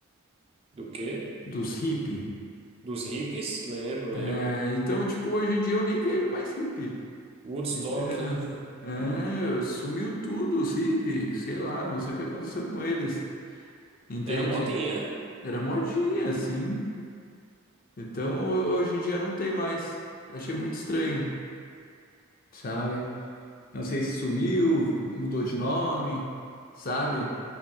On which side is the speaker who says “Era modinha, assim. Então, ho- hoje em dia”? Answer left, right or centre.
Left